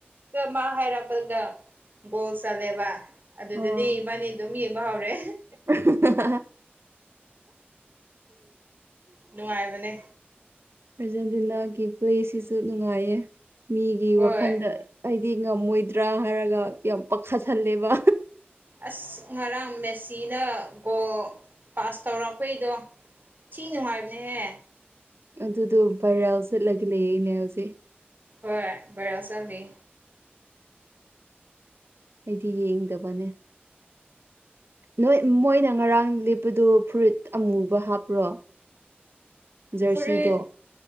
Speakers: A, on the right; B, on the right.
A: <unintelligible> ꯃꯥ ꯍꯥꯏꯔꯛꯄꯗ ꯒꯣꯜ ꯆꯜꯂꯦꯕ ꯑꯗꯨꯗꯗꯤ
B: ꯑꯥ
A: ꯏꯕꯥꯅꯤ ꯑꯗꯨꯝ ꯌꯦꯡꯕ ꯍꯧꯔꯦ
B: <unintelligible>
A: ꯅꯨꯡꯉꯥꯏꯕꯅꯦ
B: ꯑꯔꯖꯦꯟꯇꯤꯅꯥꯒꯤ ꯄ꯭ꯂꯦꯁꯤꯁꯨ ꯅꯨꯡꯉꯥꯏꯌꯦ ꯃꯤꯒꯤ
A: ꯍꯣꯏ
B: ꯋꯥꯈꯟꯗ ꯑꯩꯗꯤ ꯉꯝꯃꯣꯏꯗ꯭ꯔꯥ ꯍꯥꯏꯔꯒ ꯌꯥꯝ ꯄꯥꯈꯠꯍꯜꯂꯦꯕ
A: ꯑꯁ ꯉꯔꯥꯡ ꯃꯦꯁꯤꯅ ꯒꯣꯜ ꯄꯥꯁ ꯇꯧꯔꯛꯄꯩꯗꯣ ꯊꯤ ꯅꯨꯡꯉꯥꯏꯕꯅꯦꯍꯦ
B: ꯑꯗꯨꯗꯣ ꯕꯥꯏꯔꯦꯜ ꯆꯠꯂꯒ ꯂꯩꯌꯦꯅꯦ ꯍꯧꯖꯤꯛ
A: ꯍꯣꯏ ꯕꯔꯦꯜ ꯆꯅꯤ
B: ꯑꯩꯗꯤ ꯌꯦꯡꯗꯕꯅꯦ ꯅꯣꯏ ꯃꯣꯏꯅ ꯉꯔꯥꯡ ꯂꯤꯦꯞꯄꯗꯨꯣ ꯐꯨꯔꯤꯠ ꯑꯃꯨꯕ ꯍꯥꯞꯄ꯭ꯔꯣ ꯖꯔꯁꯤꯗꯣ
A: ꯐꯨꯔꯤꯠ